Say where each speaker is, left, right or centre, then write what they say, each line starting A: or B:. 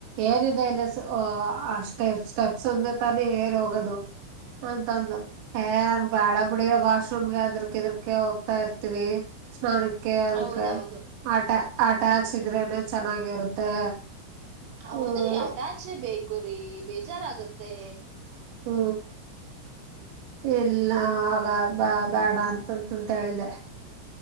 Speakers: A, on the right; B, on the right.
A: ಏನಿದೆ ಇಲ್ಲ ಅಷ್ಟೆ ಸ್ಟೆಪ್ಸ್ ಅಂದ್ರೆ ತಾನೇ ಏರ್ ಹೋಗದು ಅಂಥದ್ಲು ಏ ನನ್ ಬ್ಯಾಡಾಬುಡು ವಾಶ್ರೂಮ್ಗೆ ಅದ್ರಕ ಇದ್ರಕ ಹೋಗ್ತಾ ಇರ್ತಿವಿ ಸ್ನಾನಕ್ಕೆ ಅದ್ರಕ
B: ಹೌದೌದು
A: ಆಟ ಆಟ ಹಚಿದ್ರೇನೆ ಚೆನ್ನಾಗಿರುತ್ತೆ
B: ಹೌದ್ರಿ
A: ಹ್ಮ್
B: ಅಟ್ಯಾಚೇ ಬೇಕುರೀ ಬೇಜಾರ್ಗತ್ತೆ
A: ಹ್ಮ ಇಲ್ಲ ಆಗ ಬ ಬೇಡ ಅಂತಂತಂತ ಹೇಳ್ದ